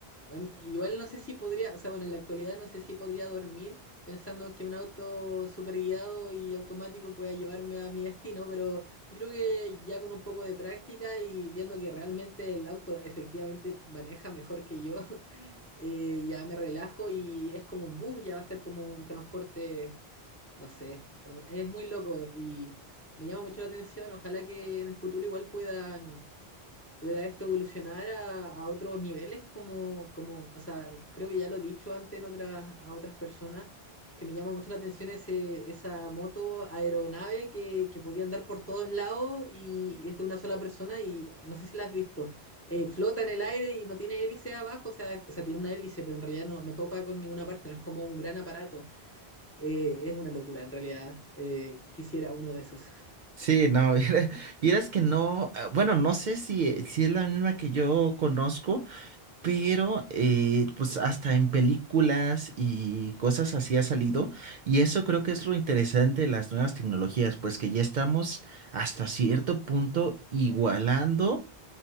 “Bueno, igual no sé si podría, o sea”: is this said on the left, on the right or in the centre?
Left